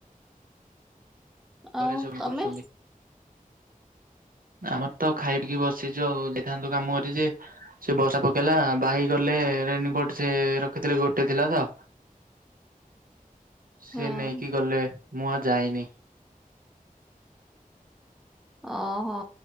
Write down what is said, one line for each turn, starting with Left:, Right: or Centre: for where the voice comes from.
Centre: ଆଉ
Right: ଘରେ ସବୁ
Centre: ତମେ?
Right: କରୁଛନ୍ତି ଆମର ତ ଖାଇପିଇକି ବସିଛୁ ଆଉ ଯାଇଥାନ୍ତୁ କାମ କରି ଯେ ସେ ବର୍ଷା ପକେଇଲା ଭାଇ ଗଲେ ରେନିକୋଟ ସେ ରଖିଥିଲେ ଗୋଟେ ଥିଲା ତ ସିଏ
Centre: ହଁ
Right: ନେଇକି ଗଲେ ମୁଁ ଆଉ ଯାଇନି।
Centre: ଓହୋ